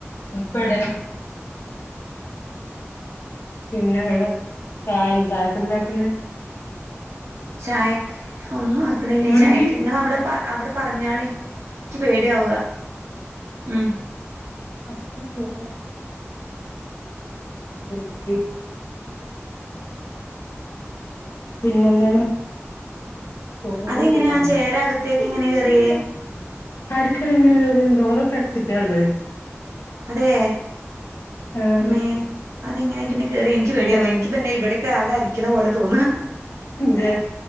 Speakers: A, on the left (about 60°); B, on the right (about 70°).
A: വെടെ പിന്നെ വ <unintelligible> ചായിൻ ചായക്കെന്താക്കുന്നേ
B: ചായക്ക് ഒന്നും ആക്ക്ണില്ല
A: ഇങ്ങോട്ടേക്ക്
B: ചായക്ക് ഇങ്ങളെ അവിടെ പ അവിടെ പറഞ്ഞാളി ക്ക് പേട്യാവ ഉം
A: <unintelligible> പിന്നെന്താണ് <unintelligible>
B: അതെങ്ങനെയാ ആ ചേര അകത്തേക്ക് ഇങ്ങനെ കേറിയേ
A: ആര്ക്കറിയ എങ്ങനെ കേറിയേ ഡോറൊക്കെ അട്ച്ചിട്ടാ ള്ളേ
B: അതെ
A: ആഹ്
B: മേ അതെങ്ങനെ പിന്നെ കേറി ഇൻക്ക് പേട്യാവ
A: ഇല്ല
B: ഇൻക്ക് പിന്നെ ഇബടെക്കെ ആകെ അരിക്കണ പോലെ തോന്ന
A: ജ